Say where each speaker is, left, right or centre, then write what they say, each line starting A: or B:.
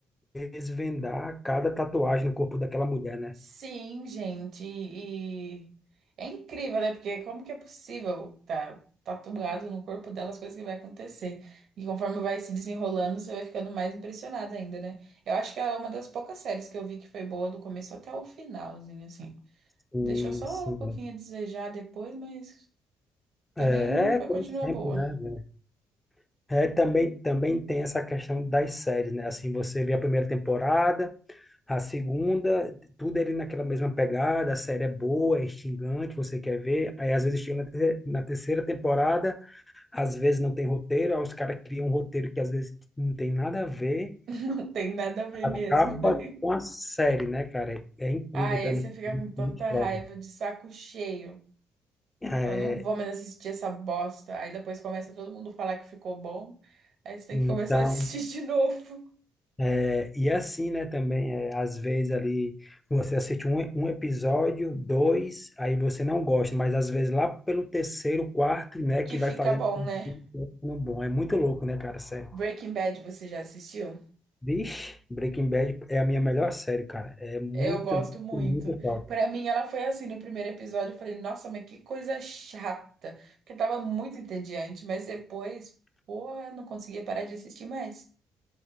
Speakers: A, on the left (about 15°); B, on the right (about 70°).
A: Desvendar cada tatuagem no corpo daquela mulher, né?
B: Sim, gente, e é incrível, né? Porque como que é possível tá tatuado no corpo dela as coisas que vai acontecer? E conforme vai se desenrolando, você vai ficando mais impressionado ainda, né? Eu acho que é uma das poucas séries que eu vi que foi boa do começo até o finalzinho, assim.
A: Sim,
B: Deixou só
A: sim.
B: um pouquinho a desejar depois, mas também
A: É, é,
B: foi,
A: como
B: continua
A: sempre,
B: boa.
A: né? É, também, também tem essa questão das séries, né? Assim, você vê a primeira temporada, a segunda, tudo ali naquela mesma pegada, a série é boa, é instigante, você quer ver. Aí, às vezes, chega na terceira, na terceira temporada, às vezes não tem roteiro, aí os caras criam um roteiro que às vezes não tem nada a ver,
B: <laughs> Não tem nada a ver
A: acaba
B: mesmo. <laughs>
A: com a série, né, cara? É incrível
B: Ah, esse
A: também.
B: fica
A: É incrível
B: com tanta
A: que prova.
B: raiva de saco cheio.
A: É,
B: Fala, não vou mais assistir essa bosta. Aí depois começa todo mundo falar que ficou bom. Aí você tem
A: Então,
B: que começar a assistir <laughs> de novo.
A: é, e assim, né, também, é, às vezes ali você assiste um, um episódio, dois, aí você não gosta, mas às vezes lá pelo terceiro, quarto, né,
B: Que
A: que
B: fica
A: vai fazendo
B: bom,
A: com
B: né?
A: que vai ficando bom. É muito louco, né, cara, sério.
B: Breaking Bad, você já assistiu?
A: Vixe, Breaking Bad é a minha melhor série, cara. É muito,
B: Eu gosto muito.
A: muito top.
B: Pra mim, ela foi assim no primeiro episódio. Eu falei, nossa, mas que coisa chata. Porque tava muito entediante. Mas depois, porra, não conseguia parar de assistir mais.